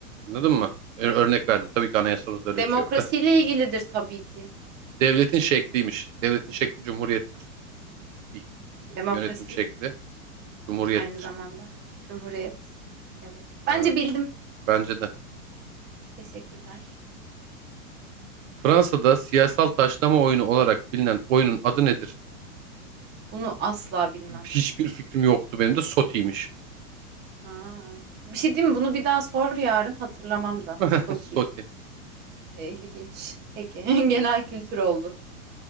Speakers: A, on the right; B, on the right.
A: Anladın mı? Ö- Örnek verdim. Tabii ki anayasamızda öyle
B: Demokrasiyle
A: bir şey yok da.
B: ilgilidir tabii ki.
A: Devletin şekliymiş. Devletin şekli cumhuriyettir. İlk e,
B: Demokrasi
A: yönetim şekli cumhuriyettir.
B: aynı zamanda. Cumhuriyet. Evet.
A: Ha,
B: Bence bildim.
A: bence de.
B: Teşekkürler.
A: Fransa'da siyasal taşlama oyunu olarak bilinen oyunun adı nedir?
B: Bunu asla bilmem.
A: Hiçbir fikrim yoktu benim de SOTI'ymiş.
B: Aa, bir şey diyeyim mi? Bunu bir daha sor yarın hatırlamam da.
A: <laughs>
B: Soti.
A: SOTI.
B: E, İlginç. Peki. <laughs> Genel kültür oldu.